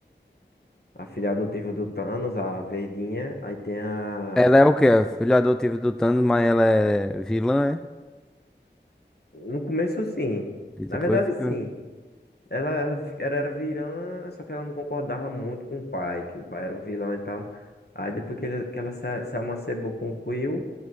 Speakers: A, on the left; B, in the centre.
A: a filha adotiva do Thanos, a verdinha, aí tem a...
B: Ela é o quê? É Filha adotiva do Thanos, mas ela é vilã, é?
A: No começo, sim.
B: E
A: Na
B: depois
A: verdade,
B: fica...
A: sim. Ela era, ela era vilã, só que ela não concordava muito com o pai, que o pai era o vilão e tal. Aí depois que, ele- que ela se, se amancebou com o Quill,